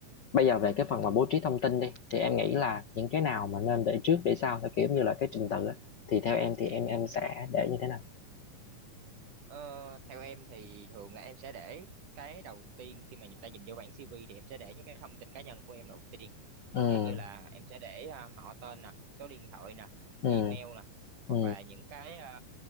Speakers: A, on the left; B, on the right.
A: bây giờ về cái phần mà bố trí thông tin đi thì em nghĩ là những cái nào mà nên để trước để sau theo kiểu như là cái trình tự á thì theo em thì em em sẽ để như thế nào
B: Ờ, theo em thì thường là em sẽ để cái đầu tiên khi mà người ta nhìn vô bảng CV thì em sẽ để những cái thông tin cá nhân của em đầu tiên. Chẳng
A: ừ
B: hạn như là em sẽ để à, họ tên nè, số điện thoại nè,
A: ừ
B: email nè, hoặc
A: ừ
B: là những cái à,